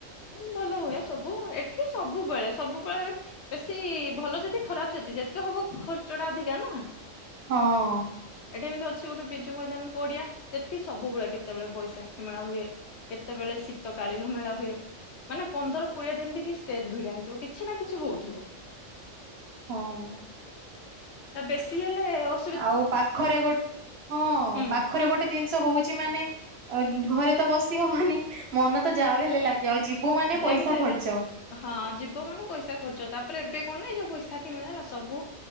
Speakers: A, on the left; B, on the right.
A: ହଁ ଭଲ ହୁଏ ସବୁ ଏଠି ସବୁବେଳେ ସବୁବେଳେ ବେଶୀ ଭଲ ଯେତିକି ଖରାପ ସେତିକି ଯେତେ ହବ ଖର୍ଚ୍ଚ ଟା ଅଧିକା ନା।
B: ହଁ।
A: ଏଠି ଏମିତି ଅଛି ଗୋଟେ ବିଜୁ ମଇଦାନ ପଡିଆ ସେଠି ସବୁବେଳେ କେତେବେଳେ ବୈଶାଖୀ ମେଳା ହୁଏ। କେତେବେଳେ ଶୀତକାଳୀନ ମେଳା ହୁଏ। ମାନେ ପନ୍ଦର କୋଡିଏ ଦିନ ଟେ ଷ୍ଟେଜ ଭିଡା ହେଇଥିବ କିଛି ନା କିଛି ହୋଉଥିବ।
B: ହଁ ହଁ।
A: ବେଶୀ ହେଲେ ଅସ
B: ଆଉ ପାଖରେ ଗୋଟେ ହଁ
A: ହୁଁ
B: ପାଖରେ ଗୋଟେ ଜିନିଷ ହୋଉଚି ମାନେ ଘରେ ତ ବସି ହବନି। ମନ ତ ଯାହା ବିହେଲେ ଲାଗେ ଆଉ ଯିବୁ ମାନେ
A: ଯେମିତି
B: ପଇସା
A: ହେଲେ
B: ଖର୍ଚ୍ଚ।
A: ହଁ ଯିବ ମାନେ ପଇସା ଖର୍ଚ୍ଚ ତାପରେ ଏବେ କଣ ନାାଇଁ ଯୋଉ ଶାଖୀ ମିଳା ହେଲା ସବୁ